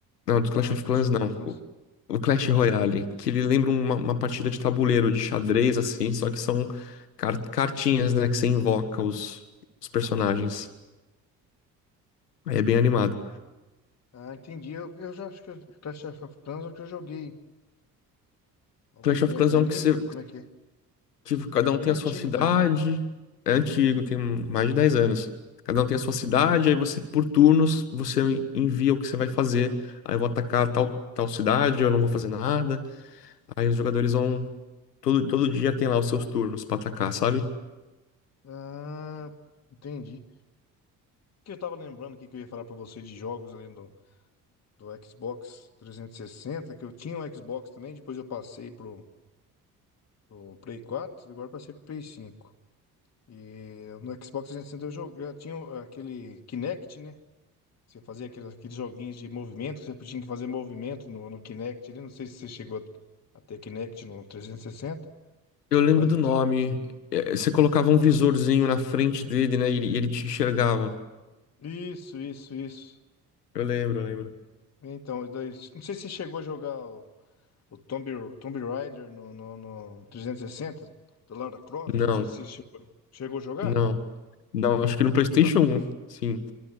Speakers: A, on the left; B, on the left.
A: Não, do
B: Ah,
A: Clash of
B: Clash
A: Clans
B: of
A: não.
B: Clans.
A: O, o Clash Royale, que ele lembra uma, uma partida de tabuleiro, de xadrez, assim, só que são car- cartinhas, né, que você invoca os, os personagens. Aí é bem animado.
B: Ah, entendi. Eu, eu já acho que eu- Clash of Clans é o que eu joguei há algum
A: Clash
B: tempo
A: of Clans
B: também,
A: é um
B: nem
A: que você.
B: lembro como é que é.
A: Tipo, cada
B: É bem
A: um tem
B: antigo
A: a sua cidade.
B: também, né?
A: É antigo, tem mais de 10 anos. Cada um tem a sua cidade, aí você, por turnos, você envia o que você vai fazer. Aí eu vou atacar tal, tal cidade, eu não vou fazer nada. Aí os jogadores vão. Todo, todo dia tem lá os seus turnos pra atacar, sabe?
B: Ah, entendi. O que eu tava lembrando aqui que eu ia falar pra você de jogos ali do, do Xbox trezentos e sessenta que eu tinha um Xbox também, depois eu passei pro, pro Play quatro agora eu passei pro Play cinco E no Xbox trezentos e sessenta eu joguei, eu tinha o- aquele Kinect, né? Você fazia aqueles, aqueles joguinhos de movimento, que você tinha que fazer movimento no, no Kinect ali. Não sei se você chegou a ter Kinect no 360,
A: Eu lembro
B: mas
A: do
B: no
A: nome.
B: 360.
A: É, Você colocava um visorzinho na frente dele, né? E ele, e ele te enxergava.
B: Isso, isso, isso.
A: Eu lembro, eu lembro.
B: Então, daí- não sei se você chegou a jogar o, o Tomb, Tomb Raider no, no, no 360, do Lara Croft.
A: Não,
B: Não sei se você chegou, chegou a jogar.
A: não. Não, acho que
B: Nossa,
A: no PlayStation
B: ba-
A: 1. Sim.